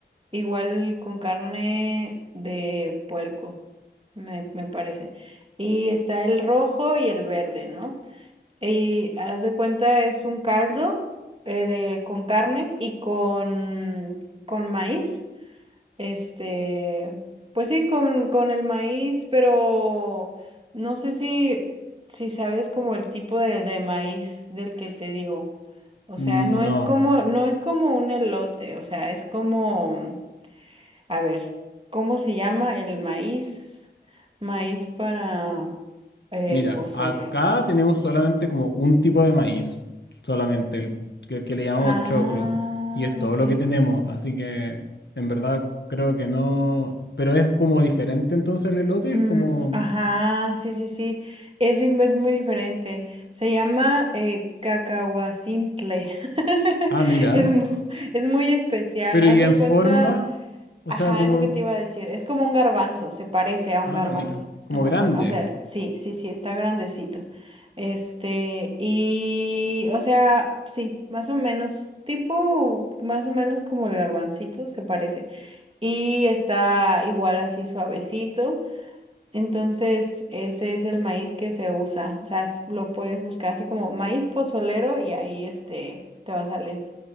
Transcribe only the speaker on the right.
igual con carne de puerco, me, me parece. Y está el rojo y el verde, ¿no? Y haz de cuenta, es un caldo eh, de, con carne y con, con maíz. Este, pues sí, con, con el maíz, pero no sé si, si sabes como el tipo de, de maíz del que te digo. O
sea, no es como, no es como un elote, o sea, es como, a ver, ¿cómo se llama el maíz? Maíz para eh,
pozole.
Ah,
ok.
Mm,
ajá, sí, sí, sí. Es, di- es muy diferente. Se llama eh, cacahuacintle. <laughs>
Es, mu- es muy especial.
Haz
de
cuenta,
ajá,
es lo que te iba a decir. Es como un garbanzo, se parece a un
garbanzo
en
la forma. O sea, sí, sí, sí, está grandecito. Este, y, o sea, sí, más o menos, tipo, más o menos como el garbancito, se parece. Y está igual así suavecito. Entonces, ese es el maíz que se usa. O sea, s- lo puedes buscar así como maíz pozolero y ahí este te va a salir.